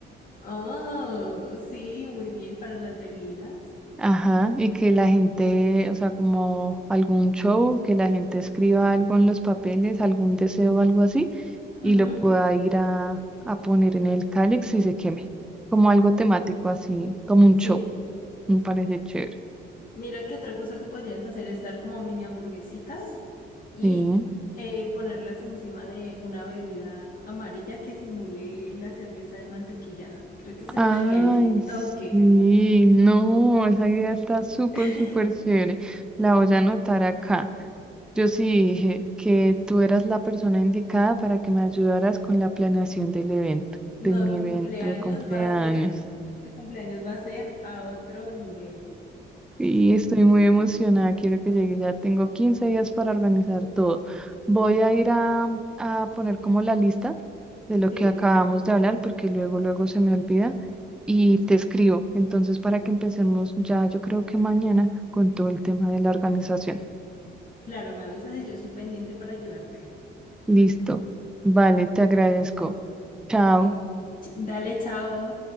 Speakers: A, on the left; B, in the centre.
A: Oh, sí, muy bien para las bebidas.
B: Ajá, y que la gente, o sea, como algún show, que la gente escriba algo en los papeles, algún deseo, algo así,
A: Ujú,
B: y lo pueda ir a, a poner en el cáliz y se queme. Como algo temático así, como un
A: Sí.
B: show. Me parece chévere.
A: Mira que otra cosa que podrías hacer es dar como mini hamburguesitas y
B: Sí.
A: eh, ponerlas encima de una bebida amarilla que simule la cerveza de mantequilla. Creo que eso
B: Ay,
A: le daría el
B: sí,
A: toque.
B: no, esa idea está súper,
A: <laughs>
B: súper chévere. La voy a anotar acá. Yo sí dije que tú eras la persona indicada para que me ayudaras con la planeación del evento, de
A: No,
B: mi
A: tu
B: evento
A: cumpleaños
B: de cumpleaños.
A: va a ser, tu cumpleaños va a ser a otro nivel.
B: Y estoy muy emocionada, quiero que llegue, ya tengo 15 días para organizar todo. Voy a ir a, a poner como la lista de lo
A: Sí,
B: que acabamos de hablar, porque luego, luego se me olvida y te escribo. Entonces, para que empecemos ya, yo creo que mañana con todo el tema de la organización.
A: claro, me avisas y yo estoy pendiente para ayudarte.
B: Listo. Vale, te agradezco. Chao.
A: Ay, ch- Dale, chao.